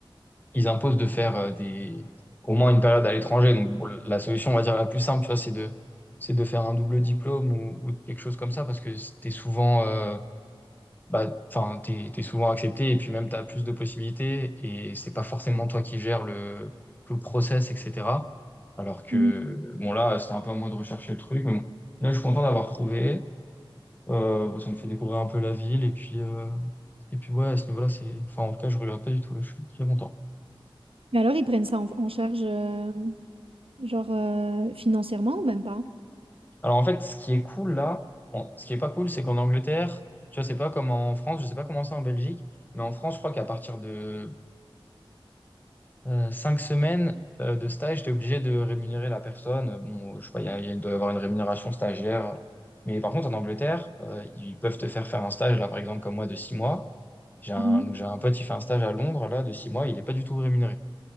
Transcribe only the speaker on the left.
ils imposent de faire euh, des, au moins une période à l'étranger. Donc bon, la solution, on va dire la plus simple, tu vois, c'est de, c'est de faire un double diplôme ou, ou quelque chose comme ça, parce que c'était souvent, euh, bah, enfin, t'es, t'es souvent accepté et puis même t'as plus de possibilités et c'est pas forcément toi qui gères le, le process, etc. Alors que,
bon, là, c'est un peu à moi de rechercher le truc. Mais bon. Là, je suis content d'avoir trouvé. Euh, bon, ça me fait découvrir un peu la ville et puis, euh, et puis ouais, à ce niveau-là, c'est, enfin, en tout cas, je regrette pas du tout. là, je suis très content.
Alors, en fait, ce qui est cool là, bon, ce qui est pas cool, c'est qu'en Angleterre, tu vois, c'est pas comme en France, je sais pas comment c'est en Belgique, mais en France, je crois qu'à partir de Euh, cinq semaines euh, de stage, tu es obligé de rémunérer la personne. Euh, Bon, je sais pas, il y a- il doit y avoir une rémunération stagiaire. Mais par contre, en Angleterre, euh, ils peuvent te faire faire un stage, là, par exemple, comme moi, de six mois. J'ai un,
donc j'ai un pote, il fait un stage à Londres, là, de six mois, il n'est pas du tout rémunéré.